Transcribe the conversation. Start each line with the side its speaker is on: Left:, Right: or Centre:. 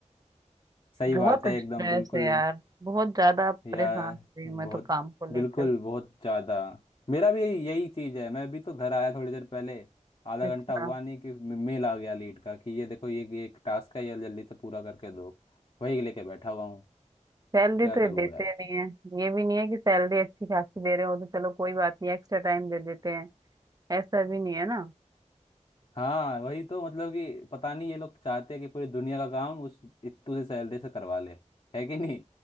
Left: सही
Right: बहुत
Left: बात है एकदम
Right: स्ट्रेस
Left: बिल्कुल
Right: है यार बहुत ज्यादा परेशान
Left: यार
Right: हो रही हूँ
Left: बहुत
Right: मैं तो काम को लेकर
Left: बिल्कुल बहुत ज़्यादा मेरा भी यही चीज़ है मैं अभी तो घर आया थोड़ी देर पहले आधा
Right: अच्छा
Left: घंटा हुआ नहीं कि मेल आ गया लीड का कि ये देखो ये ये एक टास्क है ये जल्दी से पूरा करके दो वही लेके बैठा हुआ हूँ
Right: सैलरी
Left: क्या
Right: तो ये
Left: करूँ
Right: देते नहीं है ये भी नहीं है कि सैलरी अच्छी खासी दे रहे हो तो चलो कोई बात नहीं एक्स्ट्रा टाइम दे देते हैं ऐसा भी नहीं है ना
Left: हाँ वही तो मतलब कि पता नहीं ये लोग चाहते हैं कि पूरी दुनिया का काम उस इतू सी सैलरी से करवा ले है कि नहीं